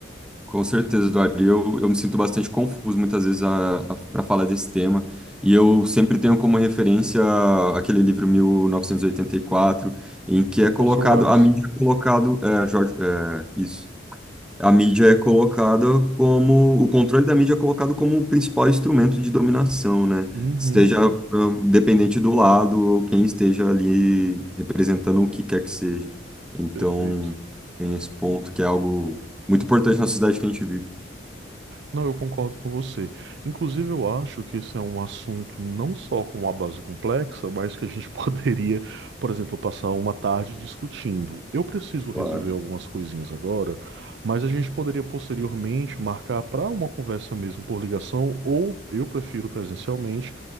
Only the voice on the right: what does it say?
Orson Welles.
Uhum,
perfeito.
Não, eu concordo com você. Inclusive, eu acho que esse é um assunto não só com uma base complexa, mas que a gente <laughs> poderia, por exemplo, passar uma tarde discutindo. Eu preciso resolver
algumas coisinhas agora, mas a gente poderia posteriormente marcar para uma conversa mesmo por ligação, ou eu prefiro presencialmente,